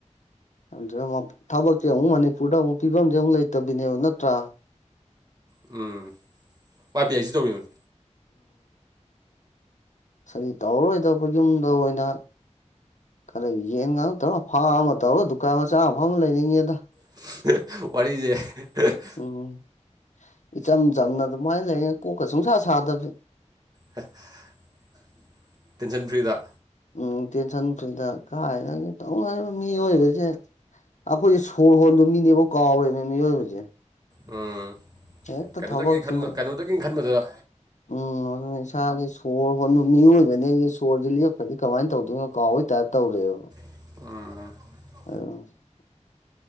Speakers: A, on the left; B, on the right.
A: ꯈꯡꯗꯔ꯭ꯦꯕꯣ ꯊꯕꯛꯁꯦ ꯑꯃꯨꯛ ꯃꯅꯤꯄꯨꯔꯗ ꯑꯃꯨꯛ ꯐꯤꯕꯝꯁꯦ ꯑꯃꯨꯛ ꯂꯩꯇꯕꯤꯅꯦꯕ ꯅꯠꯇ꯭ꯔꯥ
B: ꯎꯝ ꯄꯥꯏ ꯄꯤ ꯑꯥꯏ ꯁꯤ ꯇꯧꯔꯤꯕꯅꯦ
A: ꯑꯁꯩ ꯇꯧꯔꯔꯣꯏꯗꯕ ꯌꯨꯝꯗ ꯑꯣꯏꯅ ꯈꯔ ꯌꯦꯟ ꯉꯅꯨ ꯇꯧꯔꯣ ꯑꯐꯥꯝ ꯑꯃ ꯇꯧꯔꯣ ꯗꯨꯀꯥꯟ ꯃꯆꯥ ꯑꯃ ꯐꯝꯃꯥ ꯂꯩꯅꯤꯡꯉꯦꯗ
B: <unintelligible> ꯋꯥꯔꯤꯁꯦ <unintelligible>
A: ꯎꯝ ꯏꯆꯝ ꯆꯝꯅ ꯑꯗꯨꯃꯥꯏꯅ ꯂꯩꯌꯦ ꯀꯣꯛꯀ ꯁꯨꯡꯁꯥ ꯁꯥꯗꯕꯁꯦ
B: <unintelligible> ꯇꯦꯟꯁꯟ ꯐ꯭ꯔꯤꯗ
A: ꯎꯝ ꯇꯦꯟꯁꯟ ꯐ꯭ꯔꯤꯗ ꯀꯥꯏꯅꯤ ꯇꯧꯅꯔꯤꯕ ꯃꯤꯑꯣꯏꯕꯁꯦ ꯑꯩꯈꯣꯏꯁꯦ ꯁꯣꯔ ꯍꯣꯟꯕ ꯃꯤꯅꯦꯕ ꯀꯥꯎꯔꯦꯅꯦ ꯃꯤꯑꯣꯏꯕꯁꯦ
B: ꯎꯝ
A: ꯍꯦꯛꯇ
B: ꯀꯩꯅꯣꯇꯪ
A: ꯊꯕꯛꯁꯤꯅ
B: ꯈꯟꯕ ꯀꯩꯅꯣꯗꯒꯤ ꯈꯟꯕꯗꯨꯗ
A: ꯎꯝ ꯑꯗꯨ ꯏꯁꯥꯁꯦ ꯁꯣꯔ ꯍꯣꯟꯕ ꯃꯤꯑꯣꯏꯕꯅꯦ ꯑꯩꯗꯤ ꯁꯣꯔꯁꯦ ꯂꯤꯔꯄ꯭ꯔꯗꯤ ꯀꯃꯥꯏꯅ ꯇꯧꯗꯣꯏꯅꯣ ꯀꯥꯎꯋꯩ ꯇꯥꯏꯄ ꯇꯧꯔꯦꯕ
B: <unintelligible> ꯎꯝ <unintelligible>
A: <unintelligible> ꯑꯩꯋꯡ <unintelligible>